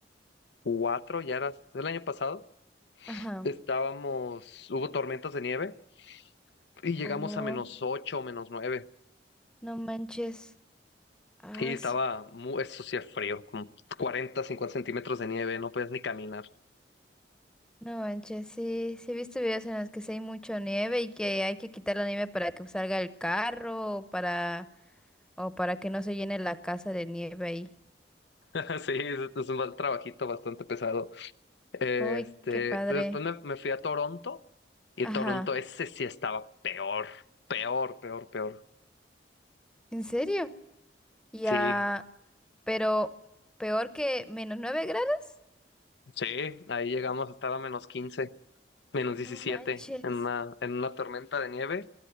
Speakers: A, on the left; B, in the centre.
A: veinticuatro ya era el año pasado,
B: Ajá.
A: estábamos, hubo tormentas de nieve y llegamos
B: Oh,
A: a menos 8 o menos 9
B: no manches. Ah,
A: y estaba, mu- eso sí es frío, como 40, 50 centímetros de nieve, no podías ni caminar.
B: No manches, sí, sí he visto videos en los que sí hay mucha nieve y que hay que quitar la nieve para que salga el carro o para, o para que no se llene la casa de nieve ahí.
A: <laughs> Sí, es, es un ba- trabajito bastante pesado. Este,
B: Uy, qué padre.
A: pero después me, me fui a Toronto y
B: Ajá,
A: Toronto ese sí estaba peor, peor, peor, peor.
B: ¿en serio? Ya,
A: Sí,
B: pero peor que menos nueve grados.
A: sí, ahí llegamos a estar a menos 15, menos diecisiete,
B: No manches.
A: en una, en una tormenta de nieve.